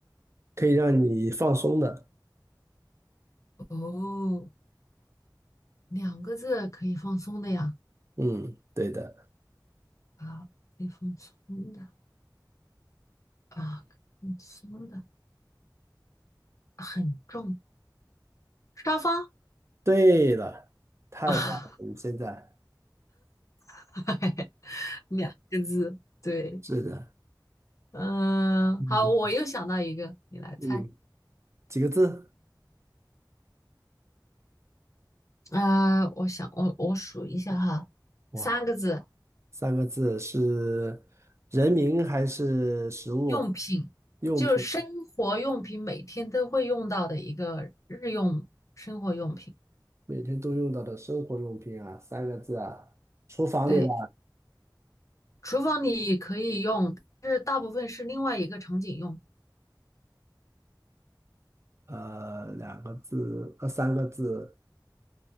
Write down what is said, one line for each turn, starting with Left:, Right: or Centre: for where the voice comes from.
Right: 可以让你放松的，
Left: 哦，两个字可以放松的呀，
Right: 嗯，对的，
Left: 啊，可以放松的啊，可以放松的，很重，沙发
Right: 对了，太棒了，
Left: 啊，
Right: 你现在。
Left: <laughs> 两个字，对，
Right: 是的，
Left: 嗯、
Right: 嗯
Left: 好，我又想到一个，你来猜，
Right: 嗯，几个字？
Left: 呃，我想我我数一下哈，
Right: 哇，
Left: 三个字，
Right: 三个字是人名还是食物
Left: 用品，
Right: 用品？
Left: 就是生活用品，每天都会用到的一个日用生活用品。
Right: 每天都用到的生活用品啊，三个字啊，厨房里的，
Left: 对，厨房里可以用，但是大部分是另外一个场景用。
Right: 呃，两个字，呃，三个字